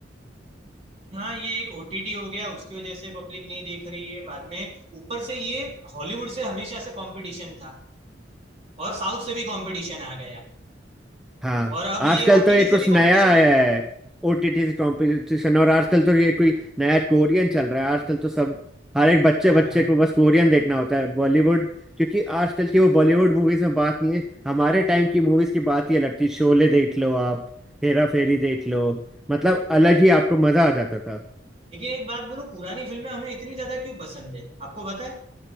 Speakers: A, on the right; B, in the centre.
A: हाँ ये एक ओटीटी हो गया उसकी वजह से पब्लिक नहीं देख रही है बाद में ऊपर से ये हॉलीवुड से हमेशा से कंपटीशन था और साउथ से भी कंपटीशन आ गया
B: हाँ
A: और अब
B: आजकल
A: ये ओटीटी
B: तो ये कुछ
A: से भी कंपटीशन
B: नया आया
A: ही है
B: है ओटीटी से कंपटीशन और आजकल तो ये कोई नया कोरियन चल रहा है आजकल तो सब हर एक बच्चे
A: हाँ
B: बच्चे को बस कोरियन देखना होता है बॉलीवुड क्योंकि आजकल की वो बॉलीवुड मूवीज में बात नहीं है हमारे टाइम की मूवीज की बात ही अलग थी शोले देख लो आप हेरा फेरी देख लो मतलब अलग ही आपको मजा आ जाता था
A: देखिए एक बात बोलूं पुरानी फिल्में हमें इतनी ज्यादा क्यों पसंद है आपको पता है